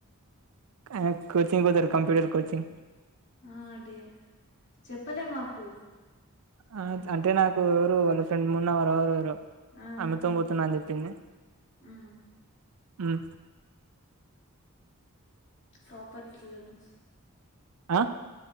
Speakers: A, on the right; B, on the left.
A: యా కోచింగ్ పోతరు కంప్యూటర్ కోచింగ్.
B: ఆ అడియే, చెప్పలే మాకు.
A: ఆ అంటే నాకు ఎవరూ వాళ్ళ ఫ్రెండ్ మున్నా ఆడా ఎవ్ర్ ఎవరో.
B: ఆ
A: ఆమెతోన్
B: అవునవర్
A: పోతే నాక్జెప్పింది.
B: ఉమ్
A: హ్మ
B: టాపర్ పిల్లలు.
A: ఆ